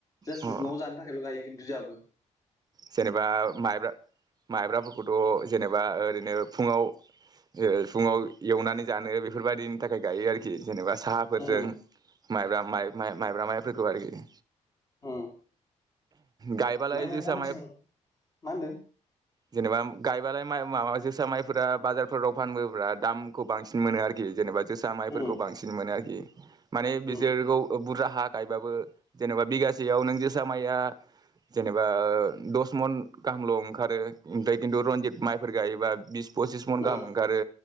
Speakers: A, on the left (about 30°); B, on the right (about 30°).
A: जास्ट
B: अ
A: न'आव जानो थाखायल' गायो किन्तु । <unintelligible>
B: जेनेबा ओ माइब्रा। माइब्राफोरखौथ' जेनेबा ओरैनो फुङाव ओ फुङाव एवनानै जानो बेफोरबायदिनि थाखाय गायो आरोखि। जेनेबा साहाफोरजों
A: उम उम
B: माइब्रा माइब-माइ माइब्रा माइफोरखौ आरोखि।
A: ओमफ्राय
B: गायबालाय जोसा
A: नोंथांमोनथिं
B: माय
A: मा होनदों
B: जेनेबाम गाय बालाय माइ माबा जोसा माइफोरा बाजारफोराव फानबोब्रा दामखौ बांसिन मोनो आरोखि जेनेबा जोसा माइफोरखौ
A: उम
B: बांसिन मोनो आरोखि। माने बिसोरखौ
A: उम
B: ओ बुरजा हा गायबाबो जेनेबा बिगासेयाव नों जोसा माइया जेनेबा ओ दस मन गाहामल' ओंखारो ओमफाय किन्थु रनजित माइफोर गायोबा बिसब पसिस मन
A: उम
B: गाहाम ओंखारो।